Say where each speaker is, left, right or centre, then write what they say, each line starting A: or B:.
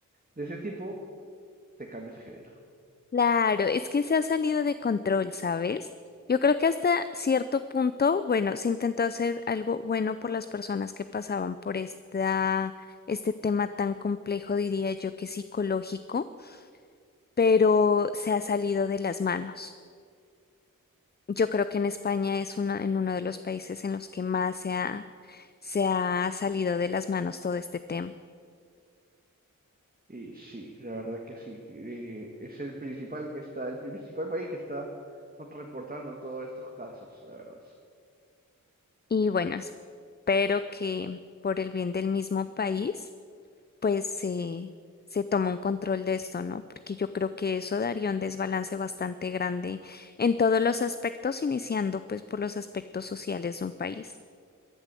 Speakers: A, on the right; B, on the left.
A: de ese tipo, te cambias de género.
B: Claro, es que se ha salido de control, ¿sabes? Yo creo que hasta cierto punto, bueno, se intentó hacer algo bueno por las personas que pasaban por esta, este tema tan complejo, diría yo que psicológico, pero se ha salido de las manos. Yo creo que en España es uno, en uno de los países en los que más se ha, se ha salido de las manos todo este tema.
A: Y sí, la verdad que sí, que, eh, es el principal que está, el principal país que está reportando todos estos casos, la verdad.
B: Y bueno, espero que por el bien del mismo país pues se, se toma un control de esto, ¿no? Porque yo creo que eso daría un desbalance bastante grande en todos los aspectos, iniciando pues por los aspectos sociales de un país.